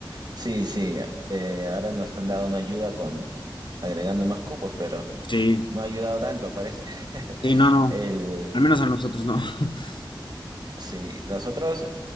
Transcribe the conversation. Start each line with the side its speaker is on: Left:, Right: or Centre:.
Right: sí, sí, eh, ahora nos han dado una ayuda con agregando más cupos, pero
Left: Sí,
Right: no ha ayudado tanto, parece. <laughs>
Left: sí, no, no.
Right: El,
Left: Al menos a nosotros no. <laughs>
Right: sí, nosotros,